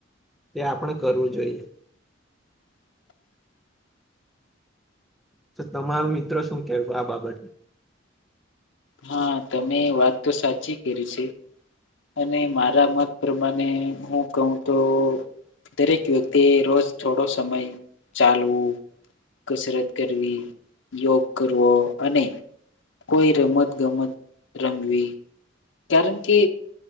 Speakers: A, in the centre; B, on the left (about 65°).
A: તે આપણે કરવું જોઈએ.
B: <inaudible>
A: તો તમારું મિત્રો શું કેહેવું આ બાબત
B: હા તમે વાત તો સાચી કરી છે. અને મારા મત પ્રમાણે હું કહું તો દરેક વ્યક્તિ એ રોજ થોડો સમય ચાલવું. કસરત કરવી યોગ કરવો અને કોઈ રમત ગમત રમવી કારણ કે